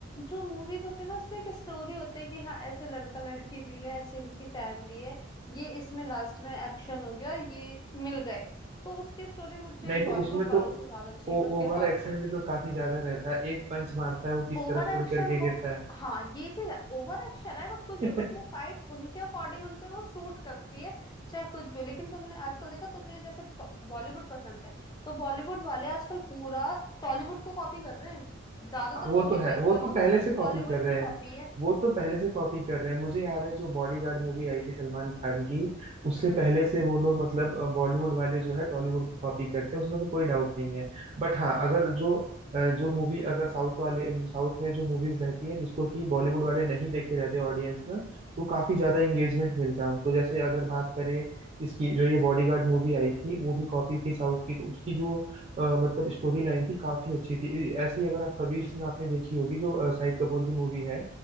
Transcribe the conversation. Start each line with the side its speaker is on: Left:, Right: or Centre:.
Left: जो मूवीज होती है ना उसमें एक स्टोरी होती है कि हाँ ऐसे लड़का लड़की मिले ऐसे इनकी फैमिली है ये इसमें लास्ट में एक्शन हो गया और ये मिल गए तो उसकी स्टोरी मुझे
Right: नहीं तो
Left: बॉलीवुड
Right: उसमें तो
Left: वालों से ज्यादा अच्छी
Right: ओ,
Left: लगती
Right: ओवर
Left: है टॉलीवुड
Right: एक्शन भी
Left: की
Right: तो काफी ज्यादा रहता है एक पंच मारता है वो किस
Left: ओवर
Right: तरफ
Left: एक्शन
Right: उड़ करके
Left: हो
Right: गिरता है
Left: हाँ ये चीज है ओवर एक्शन है बट कुछ
Right: <laughs>
Left: भी बट वो फाइट उनके अकॉर्डिंग उनपे वो सूट करती है चाहे कुछ भी हो। लेकिन तुमने आजकल देखा तुम्हें जैसे बॉलीवुड पसंद है तो बॉलीवुड वाले आजकल पूरा टॉलीवुड को कॉपी कर रहे हैं ज्यादातर
Right: हाँ, वो
Left: मूवीज
Right: तो है
Left: देखता
Right: वो तो
Left: तुम
Right: पहले से कॉपी
Left: टॉलीवुड
Right: कर रहे
Left: की कॉपी
Right: हैं
Left: है
Right: वो तो पहले से कॉपी कर रहे हैं मुझे याद है जो बॉडीगार्ड मूवी आई थी सलमान खान की उससे
Left: हम्म
Right: पहले से वो लोग मतलब अ, बॉलीवुड वाले जो है टॉलीवुड को कॉपी करते हैं उसमें तो कोई डाउट नहीं है बट हाँ अगर जो अ, जो मूवी अगर साउथ वाले साउथ में जो मूवीज रहती हैं जिसको कि बॉलीवुड वाले नहीं देखे रहते ऑडियंस में तो काफी ज्यादा इंगेजमेंट मिलता है उनको जैसे अगर बात करें इसकी जो ये बॉडीगार्ड मूवी आई थी वो भी कॉपी थी साउथ की तो उसकी जो अ, मतलब स्टोरी लाइन थी काफी अच्छी थी ए- ऐसे ही अगर आप कबीर सिंह आपने देखी होगी जो अ, शाहिद कपूर की मूवी है